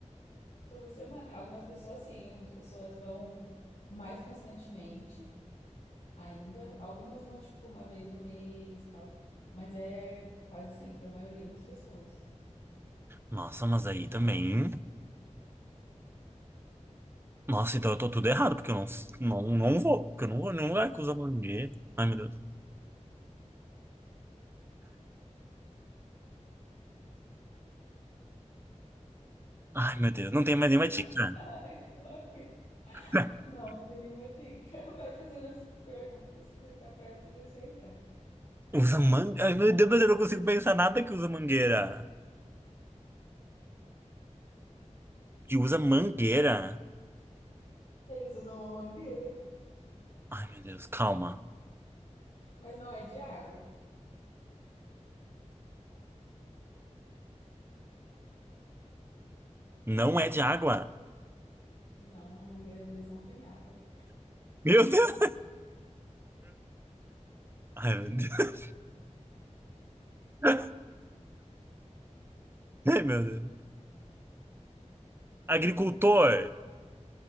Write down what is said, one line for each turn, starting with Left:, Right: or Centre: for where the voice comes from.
Left: Toda semana. Algumas pessoas sim, algumas pessoas vão mais constantemente ainda. Algumas vão, tipo, uma vez no mês e tal. Mas é quase sempre, a maioria das pessoas.
Right: Nossa, mas aí também. Nossa, então eu tô tudo errado, porque eu não, não, não vou. Porque eu não vou em nenhum lugar que usa mangueira. Ai, meu Deus. Ai, meu Deus. Não tem mais nenhuma dica.
Left: <laughs> Ai, não aguento.
Right: <laughs>
Left: Não, não tem nenhuma dica. <laughs> Vai fazendo as perguntas que você tá perto de acertar.
Right: Usa mangueira? Ai, meu Deus, mas eu não consigo pensar nada que usa mangueira. que usa mangueira.
Left: Eles usam uma mangueira,
Right: Ai, meu Deus, calma.
Left: mas não é de água.
Right: Não é de água.
Left: Não, a mangueira deles não tem água.
Right: Meu Deus. Ai, meu Deus. <laughs> Ai, meu Deus. Agricultor.